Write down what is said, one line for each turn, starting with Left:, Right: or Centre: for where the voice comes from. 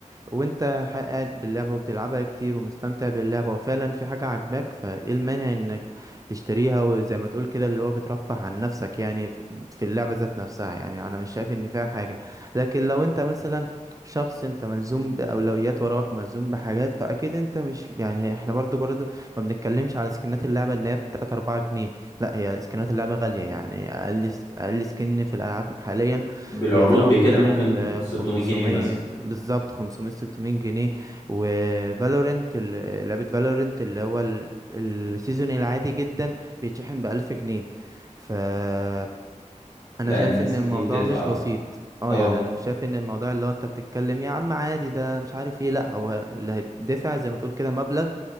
Right: وانت ح- قاعد باللعبة وبتلعبها كتير ومستمتع باللعبة وفعلا في حاجة عاجباك فايه المانع انك تشتريها وزي ما تقول كده اللي هو بترفه عن نفسك يعني ف- في اللعبة ذات نفسها يعني انا مش شايف ان فيها حاجة لكن لو انت مثلا شخص انت ملزوم بأولويات وراك ملزوم بحاجات فاكيد انت مش يعني احنا برضو برضو ما بنتكلمش على سكنات اللعبة ان هي ب 3 4 جنيه لا هي سكنات اللعبة غالية يعني اقل س- اقل سكن في الالعاب حاليا
Left: بالعروض
Right: بيتراوح
Left: بكده
Right: ما بين
Left: ممكن
Right: ال
Left: 600
Right: 500
Left: جنيه مثلا
Right: بالظبط 500 600 جنيه وفالورنت لعبة فالورنت اللي هو ال- السيزون العادي جدا بيتشحن بألف جنيه فأنا
Left: لا
Right: شايف
Left: الناس
Right: إن
Left: كتير
Right: الموضوع
Left: بتدفع
Right: مش بسيط
Left: اه
Right: اه
Left: اه
Right: يعني انا مش شايف ان الموضوع اللي هو انت بتتكلم يا عم عادي ده مش عارف ايه لا هو اللي هيدفع زي ما تقول كده مبلغ